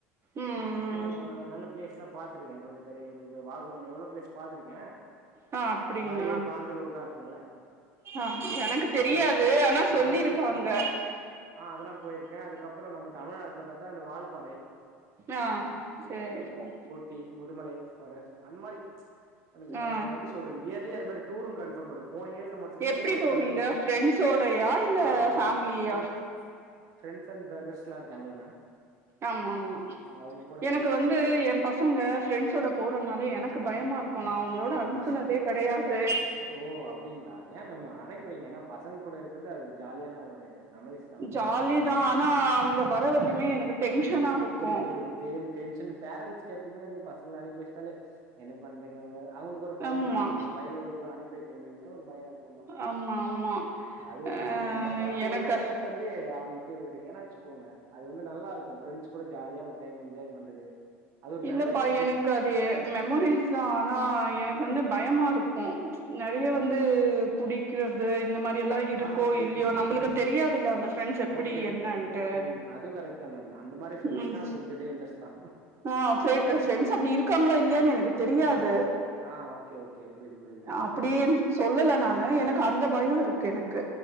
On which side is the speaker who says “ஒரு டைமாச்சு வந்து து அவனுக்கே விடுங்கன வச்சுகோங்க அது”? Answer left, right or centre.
Right